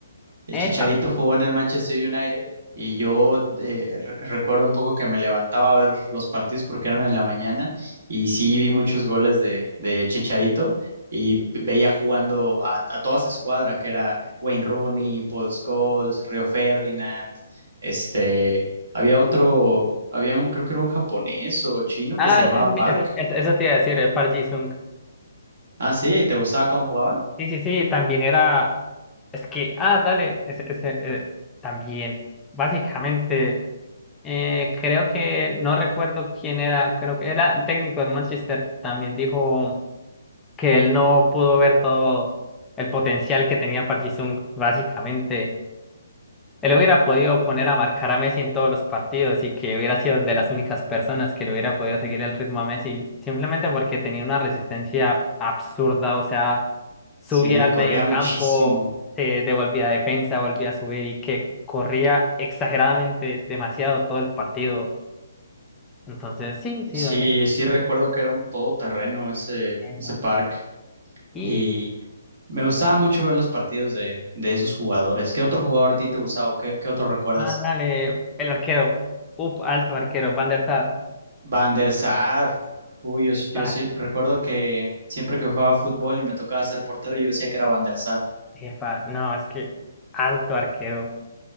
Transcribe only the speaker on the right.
El
Chicharito jugó en el Manchester United y yo eh, re- recuerdo un poco que me levantaba a ver los partidos porque eran en la mañana y sí vi muchos goles de, de Chicharito y veía jugando a, a toda su escuadra que era Wayne Rooney, Paul Scholes, Rio Ferdinand, este, había otro, había un, creo que era un japonés o chino
que se llamaba
Park.
Ah, sí, ¿te gustaba cómo jugaba?
Sí,
corría
muchísimo.
Sí,
sí recuerdo que era un todoterreno ese,
ese parque
y me gustaba mucho ver los partidos de, de esos jugadores. ¿Qué otro jugador a ti te gustaba o qué, qué otro recuerdas?
Van der Sar, uy, yo, sí- yo
sí recuerdo que siempre que jugaba fútbol y me tocaba ser portero yo decía que era Van der Sar.